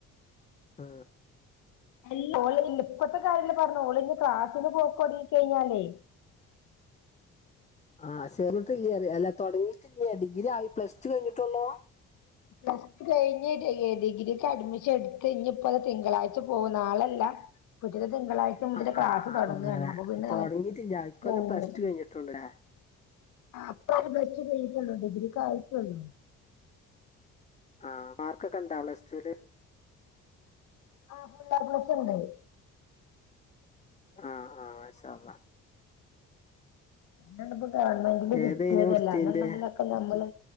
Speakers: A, on the left; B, on the left.
A: ആ
B: ല്ല ഓള് പ്പത്തെ കാര്യ ല്ല പർഞ്ഞെ ഓള്ഞ്ഞി ക്ളാസ്സ്ന് പോക്കൊട്ങ്ങി കയ്ഞ്ഞാലേ
A: ആ ചേർന്ന്ട്ട്ല്ലെ അല്ല തുടങ്ങിട്ടില്യേ ഡിഗ്രായി പ്ളസ് ടു കഴിഞ്ഞിട്ടൊള്ളു
B: പസ്ടു കഴിഞ്ഞ് ഡിഗ്രി ഡിഗ്രിക്ക് അഡ്മിഷൻ ട്ത്ത് ഞ്ഞിപ്പത തിങ്കളാഴ്ച പോകും ന്നാളല്ല കുട്ടിക്ക് തിങ്കളാഴ്ച മുതല്
A: ആ
B: ക്ളാസ് തൊടങ്ങാണ്
A: അങ്ങനെ
B: അപ്പൊ പിന്നെ
A: തുടങ്ങിയിട്ടില്ല
B: അവൻ
A: ഇക്കൊല്ലം
B: പോവൂലെ
A: പ്ലസ് ടു കഴിഞ്ഞിട്ടുള്ളൂ അല്ലേ
B: ആ പ്പോര് പ്ലസ്റ്റു കയ്ഞ്ഞിട്ടൊള്ളൂ ഡിഗ്രിക്കായിട്ടൊള്ളു
A: ആ മാർക്കൊക്കെണ്ടോ പ്ളസ് ടുല്
B: ആ ഫുള്ളേപ്ലസ് ണ്ട്
A: ആ ആ മാഷാഅല്ലാഹ്
B: തെന്നെപ്പൊ ഗവൺമെന്റ്ല് കിട്ട്യേതല്ല
A: ഏതേനു എടുത്തിന്റെ
B: അല്ലന്ന് ണ്ടെങ്കില് പൊ നമ്മള്